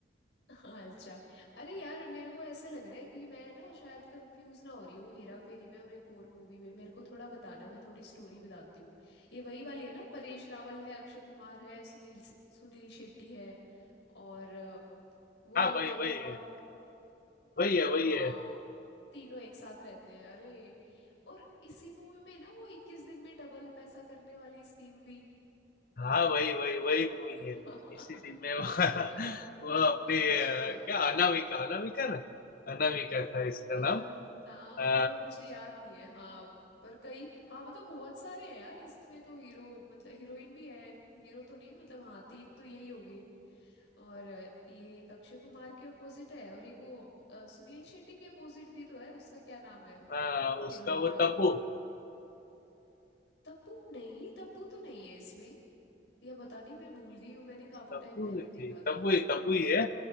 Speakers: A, on the left (about 85°); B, on the left (about 55°).
A: हाँ अच्छा अरे यार मेरे को ऐसे लग रहा है कि मैं ना शायद कंफ्यूज ना हो रही हूँ हेरा फेरी में और एक और मूवी में मेरे को थोड़ा बताना मैं थोड़ी स्टोरी बताती हूँ ये वही वाली है ना परेश रावल है अक्षय कुमार है सुनील सुनील शेट्टी है और अ, वही
B: हाँ वही
A: बाबू
B: वही
A: राव
B: है
A: अब-
B: वही है
A: हाँ
B: वही है
A: तीनों एक साथ रहते हैं अरे और इसी मूवी में ना वो इक्कीस दिन में डबल पैसा करने वाली स्कीम भी
B: हाँ वही वही वही मूवी
A: <laughs>
B: है इसी सीन में वो, <laughs>
A: हाँ
B: वो अपने
A: अच्छा
B: अ, क्या अनामिका अनामिका ना अनामिका था इसका
A: अ,
B: नाम
A: नाम
B: अ,
A: तो मुझे याद नहीं है हाँ पर कई हाँ मतलब बहुत सारे हैं यार इसमें तो हीरो मतलब हीरोइन भी है हीरो तो नहीं मतलब हाँ तीन तो यही हो गए और अ, ये एक अक्षय कुमार के अपोजिट है और एक वो अ, सुनील शेट्टी के अपोजिट भी तो है उसका क्या नाम है
B: हाँ उसका
A: हीरोइन
B: वो
A: का
B: तब्बू
A: तब्बू नहीं तब्बू तो नहीं है इसमें या पता नहीं मैं भूल गई हूँ मैंने काफी
B: तब्बू
A: टाइम पहले
B: ही थी
A: देखा था
B: तब्बू ही तब्बू ही है